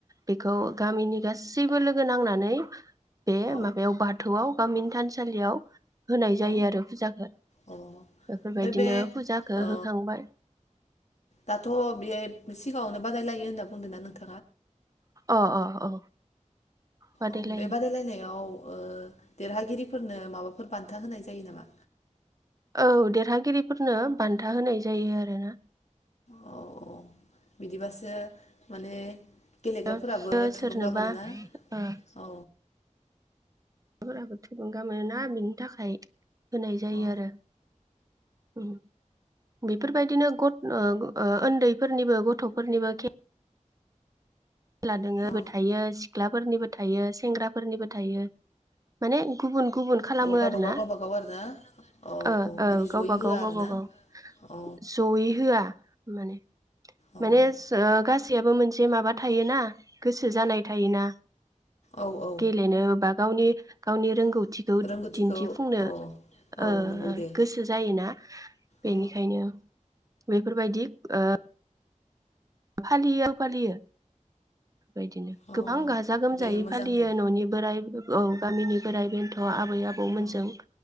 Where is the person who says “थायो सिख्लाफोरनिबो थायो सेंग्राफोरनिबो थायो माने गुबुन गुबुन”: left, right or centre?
Right